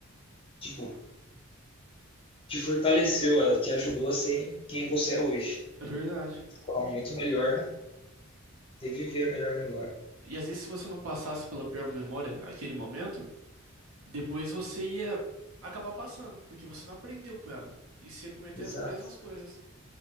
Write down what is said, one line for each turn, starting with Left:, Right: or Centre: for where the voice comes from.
Left: tipo, te fortaleceu, ela te ajudou a ser quem você é hoje.
Right: É verdade.
Left: Então, é muito melhor reviver a melhor memória.
Right: E às vezes, se você não passasse pela pior memória, aquele momento, depois você ia acabar passando, porque você não aprendeu com ela. E você ia cometer
Left: Exato.
Right: as mesmas coisas.